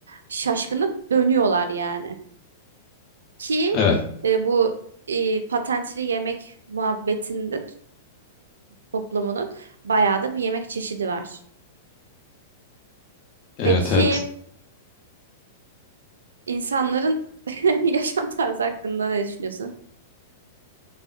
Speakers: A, on the right; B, on the left.
A: şaşkına dönüyorlar yani. Ki
B: Evet.
A: e, bu e, patentli yemek muhabbetinde toplumunun bayağı da bir yemek çeşidi var.
B: Evet
A: Peki
B: evet.
A: insanların <laughs> yaşam tarzı hakkında ne düşünüyorsun?